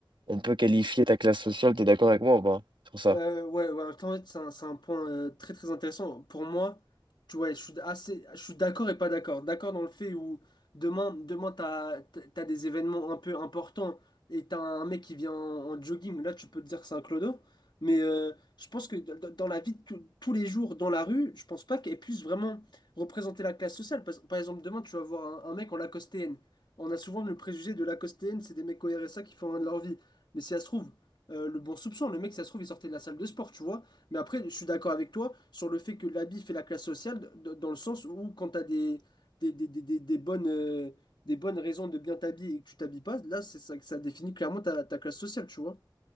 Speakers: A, on the right (about 70°); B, on the left (about 60°).
A: on peut qualifier ta classe sociale, t'es d'accord avec moi ou pas sur ça?
B: Euh, ouais, ouais, en fait, c'est un, c'est un point euh, très très intéressant. Pour moi, tu vois, je suis assez, je suis d'accord et pas d'accord. D'accord dans le fait où demain, demain t'as, t'as des événements un peu importants et t'as un mec qui vient en, en jogging. Là, tu peux te dire que c'est un clodo. Mais euh, je pense que d- d- dans la vie de tous tous les jours, dans la rue, je pense pas qu'elle puisse vraiment représenter la classe sociale. Parce- par exemple, demain, tu vas voir un, un mec en lacostéenne. On a souvent le préjugé de lacostéenne, c'est des mecs au RSA qui font rien de leur vie. Mais si ça se trouve euh, le bon soupçon. Le mec, ça se trouve, il sortait de la salle de sport, tu vois. Mais après, je suis d'accord avec toi sur le fait que l'habit fait la classe sociale, d- dans le sens où quand tu as des, des, des, des, des- des bonnes, euh, des bonnes raisons de bien t'habiller et que tu t'habilles pas, là, c'est ça, que ça définit clairement ta, ta classe sociale, tu vois.